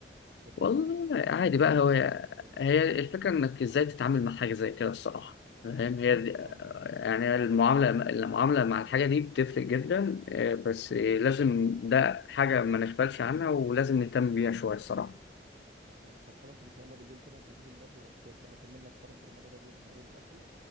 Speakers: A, on the right (about 55°); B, on the left (about 75°).
A: بتاثر
B: والله
A: عليك
B: عادي
A: مهما
B: بقى
A: كان
B: هو
A: برضو يعني
B: هي الفكره انك ازاي تتعامل مع حاجه زي كده الصراحه فاهم هي
A: بس
B: دي-
A: اه آه.
B: يعني المعامله المعامله مع الحاجه دي بتفرق جدا اه، بس لازم ده حاجه ما نغفلش عنها ولازم نهتم بيها شويه الصراحه
A: أكيد طب خلاص إن شاء الله بالليل كده أبقى أجيب اللاب وأحكي لك بقى أكمل لك حوار البرمجة ده من أوله لآخره